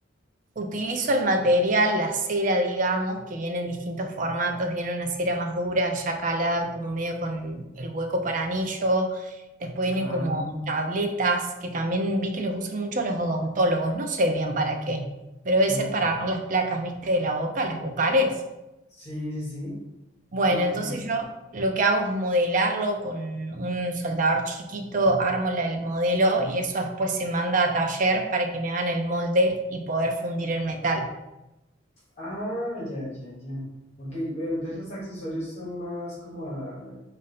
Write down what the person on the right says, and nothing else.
Utilizo el material, la cera, digamos, que viene en distintos formatos. Viene una cera más dura, ya calada, como medio con el hueco para anillo. Después vienen
como tabletas, que también vi que los usan mucho los odontólogos. No sé bien para qué, pero debe
ser para armar las placas, viste, de la boca, las bucales
Bueno,
entonces
yo lo que hago es modelarlo con un soldador chiquito, armo la- el modelo y eso después se manda a taller para que me hagan el molde y poder fundir el metal.